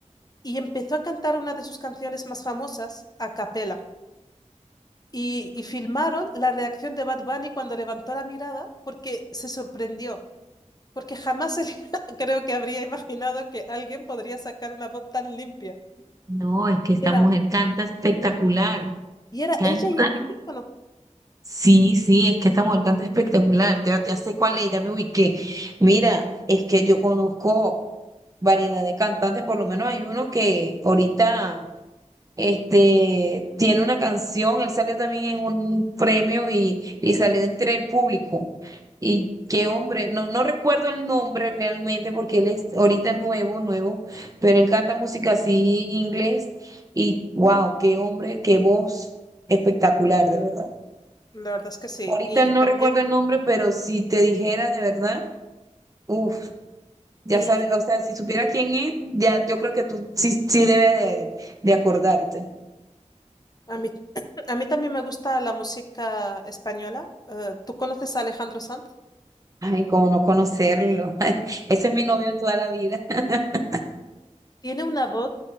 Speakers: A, on the left; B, on the right.
A: y empezó a cantar una de sus canciones más famosas a capela. Y, y filmaron la reacción de Bad Bunny cuando levantó la mirada porque se sorprendió, porque jamás él <laughs> creo que habría imaginado que alguien podría sacar una voz tan limpia.
B: No, es que esta
A: Y era,
B: mujer canta espectacular.
A: y era
B: Canta
A: ella y el micrófono.
B: Sí, sí, es que esta mujer canta espectacular, ya, ya sé cuál es, ya me ubiqué. Mira,
A: Ujú,
B: es que yo conozco variedad de cantantes, por lo menos hay uno que ahorita este, tiene una canción, él salió también en un premio y, y salió entre el público. Y
A: ujú.
B: qué hombre, no, no recuerdo el nombre realmente porque él es ahorita nuevo, nuevo, pero él canta música así inglés y wow, qué hombre, qué voz espectacular, de verdad.
A: La verdad es que sí.
B: Ahorita
A: Y
B: no
A: también,
B: recuerdo el nombre, pero si te dijera de verdad, uff, ya
A: y
B: sabes, o sea, si supiera quién es, ya yo creo que tú sí, sí debes de, de acordarte.
A: A mí, <clears throat> a mí también me gusta la música española. Eh, ¿tú conoces a Alejandro Sanz?
B: Ay, cómo no conocerlo. <laughs> Ese es mi novio toda la vida. <laughs>
A: Tiene una voz